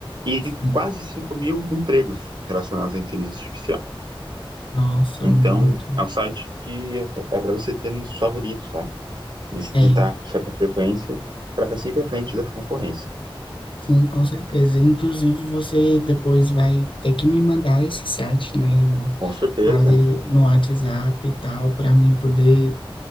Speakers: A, on the right; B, on the left.
A: e
B: sim.
A: quase cinco mil empregos relacionados à inteligência artificial.
B: Nossa,
A: Então,
B: muito.
A: é um site que é para você ter nos favoritos, sabe? Visitar
B: É,
A: com certa frequência para estar sempre à frente da concorrência.
B: Sim, com certeza. Inclusive, você depois vai ter que me mandar esse site, né, no-
A: Com certeza,
B: ali no WhatsApp e tal, para mim poder.